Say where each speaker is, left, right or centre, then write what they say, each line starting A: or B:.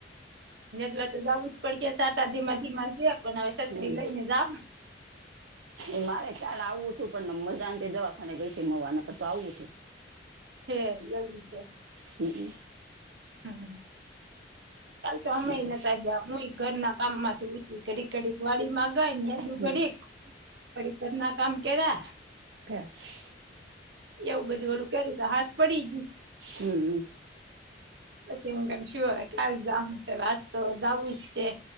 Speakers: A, on the right; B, on the right.
A: દ્વાર તો જવું જ પડશે સાટા ધીમા ધીમા છે પણ હવે સત્રી
B: હમ
A: લઈ ને જાવને
B: એ મારે કાલ આવું હતું પણ મજા દવાખાને ગઈ છે મવાને તો આવું હતું
A: હે એવડું છે
B: હમ્મ
A: હમ્મ ચાલ તો અમે
B: નકર,
A: એને ત્યા જ ન ઘરના કામ માંથી ઉછ કડીક કડીક વાડી માંગાય ડું
B: હમ.
A: ઘડીક પરડીકરના કામ કેવા
B: <unintelligible>
A: એવું બધું ઓળું કર્યું ત હાથ પડી
B: હમ્મ
A: પછી હું કેમ શું હવે ક્યાલું કે વાસતો જવું જ છે